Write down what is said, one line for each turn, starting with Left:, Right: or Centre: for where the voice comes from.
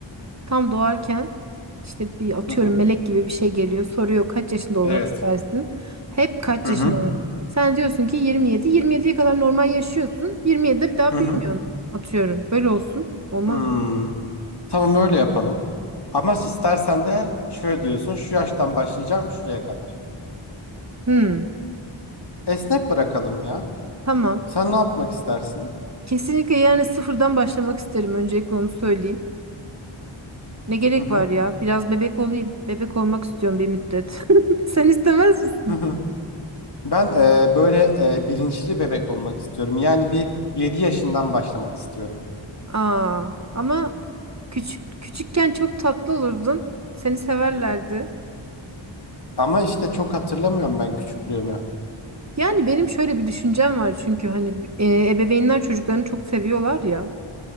Right: tam doğarken işte bir atıyorum
Left: Hı hı.
Right: melek gibi bir şey geliyor. Soruyor kaç yaşında olmak
Left: Evet.
Right: istersin? Hep kaç
Left: Hı
Right: yaşında
Left: hı.
Right: oluyor? Sen diyorsun ki 27. 27'ye kadar normal yaşıyorsun. 27'de bir daha
Left: Hı hı.
Right: büyümüyorsun. Atıyorum. Böyle olsun. Olmaz
Left: Hmm.
Right: mı?
Left: Tamam öyle yapalım. Ama istersen de şöyle diyorsun şu yaştan başlayacağım şuraya kadar.
Right: Hmm,
Left: Esnek bırakalım ya.
Right: tamam.
Left: Sen ne yapmak istersin?
Right: Kesinlikle yani sıfırdan başlamak isterim. Öncelikle onu söyleyeyim. Ne gerek
Left: Hı hı.
Right: var ya? Biraz bebek olayım. Bebek olmak istiyorum bir müddet. <laughs> Sen istemez misin?
Left: Hı hı. Ben e, böyle e, bilinçli bebek olmak istiyorum. Yani bir 7 yaşından başlamak istiyorum.
Right: Aa, ama küçük küçükken çok tatlı olurdun. Seni severlerdi.
Left: Ama işte çok hatırlamıyorum ben küçüklüğümü.
Right: Yani benim şöyle bir düşüncem var çünkü hani e, ebeveynler çocuklarını çok seviyorlar ya.